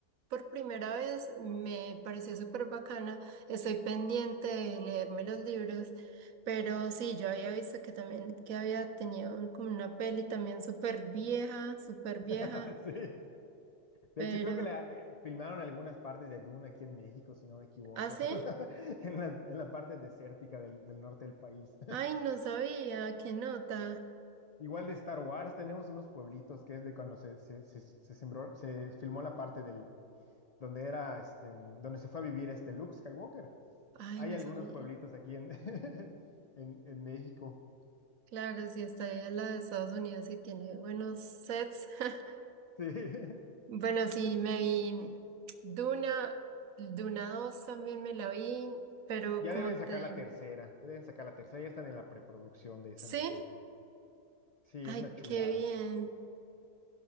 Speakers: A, on the right; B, on the left.
A: por primera vez, me pareció súper bacana, estoy pendiente de leerme los libros, pero sí, yo había visto que también, que había tenido un- como una peli también súper vieja, súper vieja,
B: <laughs> Sí.
A: pero,
B: De hecho, creo que la eh, filmaron algunas partes de Dune aquí en México, si no me equivoco,
A: ¿ah, sí?
B: <laughs> en la, en la parte desértica del, del norte del país.
A: Ay, no sabía, qué nota,
B: Igual de Star Wars, tenemos unos pueblitos que es de cuando se, se, se, se sembró- se filmó la parte del, donde era, este, donde se fue a vivir este Luke Skywalker.
A: ay,
B: Hay
A: no
B: algunos
A: sabía.
B: pueblitos aquí en, <laughs> en, en México.
A: Claro, si está ahí a la de Estados Unidos y tiene buenos sets. <laughs>
B: Sí. <laughs>
A: Bueno, sí, me vi Duna, Duna dos también me la vi, pero
B: Ya
A: como
B: deben sacar
A: te...
B: la tercera, ya deben sacar la tercera, ya están en la preproducción de esa
A: Sí,
B: misma. Sí,
A: ay,
B: es una chulada.
A: qué bien.